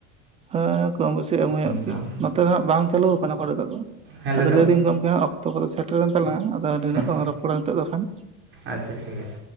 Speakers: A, on the right (about 15°); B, on the right (about 30°).
A: ᱦᱮᱸ ᱠᱚᱢ ᱵᱮᱥᱤ ᱮᱢ ᱦᱩᱭᱩᱜᱚᱜ
B: ᱛᱟᱦᱚᱞᱮ
A: ᱜᱮ ᱱᱚᱛᱮ ᱫᱚ ᱦᱟᱸᱜ ᱵᱟᱝ ᱪᱟᱹᱞᱩᱣ ᱠᱟᱱᱟ ᱠᱚ ᱱᱤᱛᱚᱜ ᱫᱚ,
B: ᱦᱮᱸ ᱞᱟᱹᱭ
A: ᱟᱫᱚ
B: ᱫᱟᱢ
A: ᱞᱟᱹᱭᱫᱟᱹᱧ ᱜᱚᱝᱠᱮ ᱦᱟᱸᱜ ᱚᱠ ᱛᱚ ᱠᱚᱫᱚ ᱥᱮᱴᱮᱨᱮᱱ ᱛᱟᱞᱟᱝ ᱟᱫᱚ ᱱᱤᱱᱟᱹᱜ
B: ᱦᱮᱸ
A: ᱵᱟᱞᱟᱝ ᱨᱚᱯᱚᱲᱟ ᱱᱤᱛᱚᱜ ᱫᱚ ᱠᱷᱟᱱ᱾
B: ᱟᱪᱪᱷᱟ ᱴᱷᱤᱠ ᱟᱪᱷ